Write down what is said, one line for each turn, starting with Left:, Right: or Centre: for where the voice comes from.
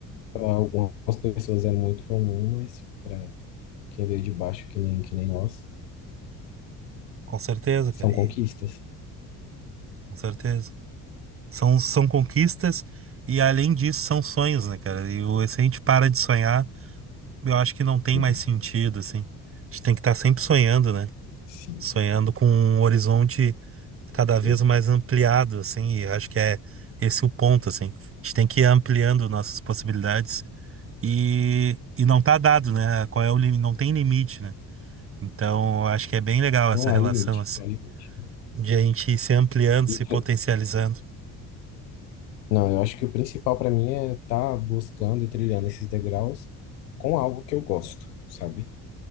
Left: para algumas pessoas é muito comum, mas para quem veio de baixo que nem que nem nós,
Right: Com certeza,
Left: são
Right: cara.
Left: conquistas.
Right: E, com certeza. São, são conquistas e, além disso, são sonhos, né, cara? E o- se a gente para de sonhar, eu acho que não tem
Left: Sim,
Right: mais sentido, assim. A gente tem que estar sempre sonhando, né?
Left: sim.
Right: sonhando com um horizonte cada vez
Left: Deus.
Right: mais ampliado, assim, e eu acho que é esse o ponto, assim. A gente tem que ir ampliando nossas possibilidades e, e não tá dado, né? Qual é o limite? Não tem limite, né? Então, eu acho que é bem legal essa
Left: Não há
Right: relação,
Left: limite,
Right: assim,
Left: não há limite.
Right: de a gente ir se ampliando, se
Left: E, pre-
Right: potencializando.
Left: não, eu acho que o principal para mim é estar buscando e trilhando esses degraus com algo que eu gosto, sabe?